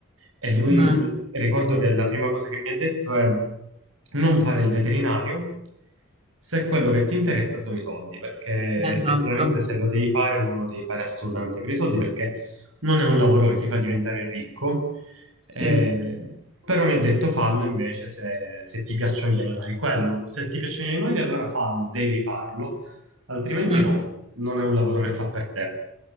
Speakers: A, on the right; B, on the right.
A: E lui,
B: mm,
A: mi- ricordo che la prima cosa che mi ha detto è non fare il veterinario se quello che ti interessa sono i soldi, perché
B: esatto.
A: effettivamente se lo devi fare non lo devi fare assolutamente per i soldi, perché non è un lavoro che ti fa diventare ricco eh,
B: Sì.
A: però mi ha detto fallo invece se, se ti piacciono gli animali. Quello, se ti piacciono gli animali, allora fallo, devi farlo, altrimenti
B: Mm.
A: no, non è un lavoro che fa per te.